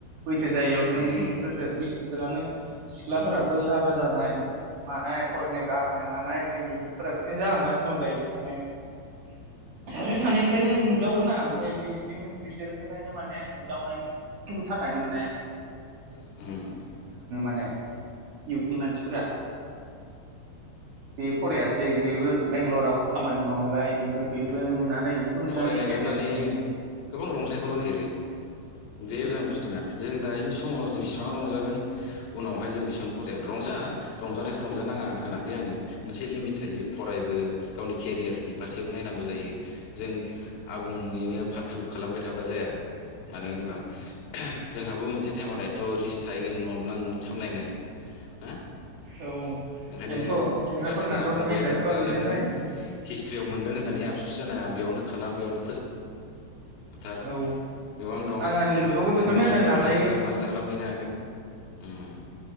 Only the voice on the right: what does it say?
बैसो जायैयावनो
उनिस बोसोर बिस बेसोरानो सिख्लाफोराबो
हाबा जानाय मानाय
फरायनाय गारनाय मानाय जोंनि युथफोरा बिदिनो जालांगासिनो दं दायो माने सासे सानैनिफ्रायनो नुदावो ना ओमफाय बेसेंनो बिसोरनिफ्रायनो माने नुदावनायनि थाखायनो माने
नो इउथनि मानसिफोरा बे फरायासै बेबो बेंल'राव खामानि मावहैबाय फै बेबो नुनानै बेखौ नुनानै
एफेक्ट
जासिगोन
औ
बेनोथ' सेंग्राफोरनाथ'
मेन दायथ'आ
बेनो
जाहैदों
औ
आं आंनि लोगोखौबो बेखौनो
होननानै नाजायो